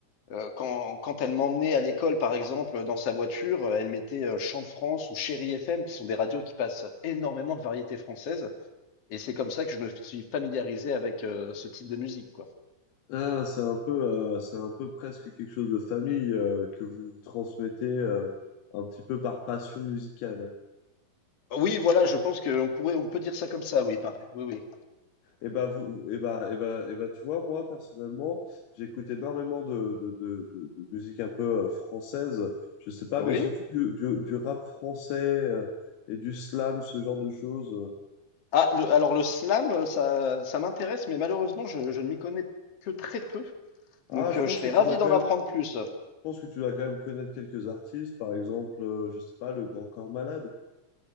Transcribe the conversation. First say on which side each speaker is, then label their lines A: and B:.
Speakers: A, on the left (about 45°); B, on the left (about 85°).
A: euh, quand, quand elle m'emmenait à l'école, par exemple, dans sa voiture, euh, elle mettait euh, Chant de France ou Chéri FM, qui sont des radios qui passent énormément de variétés françaises. Et c'est comme ça que je me suis familiarisé avec euh, ce type de musique, quoi.
B: Ah, c'est un peu, euh, c'est un peu presque quelque chose de famille euh, que vous vous transmettez euh, un petit peu par passion musicale.
A: Oui, voilà, je pense qu'on pourrait, on peut dire ça comme ça, oui, pareil. Oui, oui.
B: Et bah vous, et bah, et bah, et bah, tu vois, moi personnellement, j'écoute énormément de, de, de, de, de musique un peu euh, française. Je sais pas,
A: Oui.
B: mais surtout du, du, du rap français euh, et du slam, ce genre de choses.
A: Ah, le- alors le slam, ça, ça m'intéresse, mais malheureusement, je, je ne m'y connais que très peu.
B: Ah,
A: Donc,
B: je
A: euh,
B: pense
A: je serais
B: que tu
A: ravi
B: dois quand
A: d'en
B: même
A: apprendre plus.
B: pense que tu dois quand même connaître quelques artistes, par exemple, euh, je sais pas, le Grand Corps Malade.